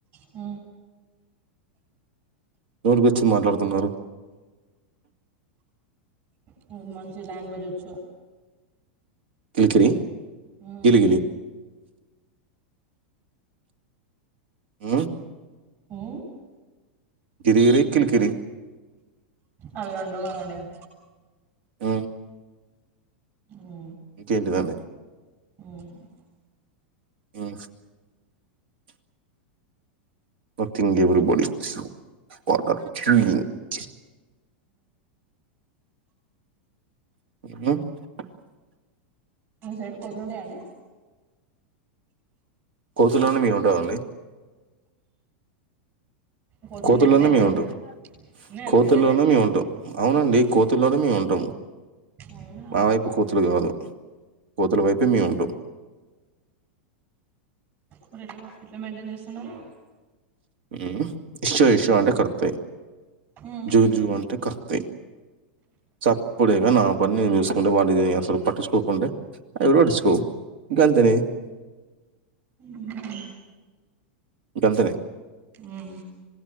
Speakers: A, on the right (about 40°); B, on the right (about 70°).
A: ఊ
B: నోటికొచ్చింది మాట్లాడుతున్నారు
A: మీది మంచి లాంగ్వేజ్ వచ్చు
B: కిలికిరి
A: ఉ
B: గిలి గిలి ఊ
A: ఉ
B: గిరి గిరి కిలి కిరి
A: అవి రెండూ గాదండిగా
B: ఊ
A: ఉ
B: ఇంకేంటిదండి
A: ఉ
B: <unintelligible> నత్తింగ్ ఎవ్రీబడి వాటర్ <unintelligible> <unintelligible>
A: ఆ సైడ్ కోతులుంటాయా అండి
B: కోతులుండక ఏం ఉంటాదండి
A: కోతులు
B: కోతుల్లోనే
A: ఉన్నాయండి అయితే
B: మేముంటాం
A: ఉన్నాయా
B: కోతుల్లోనే
A: కోతులు అయితే
B: మేముంటాం అవునండి కో తుల్లోనే మేం ఉంటాం
A: అవునా
B: మా వైపు కోతులు కాదు కోతుల వైపే మేం ఉంటాం
A: మరెట్ల బా ఎట్ల మెయింటైన్ చేస్తున్నారు
B: ఊ ఇష్షో ఇష్షో అంటే కరుత్తాయి
A: ఉమ్
B: జూ జూ అంటే కర్తాయి చప్పుడేగ నా పని నేను చూసుకుంటే వాటిది అసలు పట్టిచ్చుకోకుంటే అవి గూడ పట్టిచ్చుకోవు ఇంకాంతనే
A: ఉ
B: వెంతనే
A: ఉమ్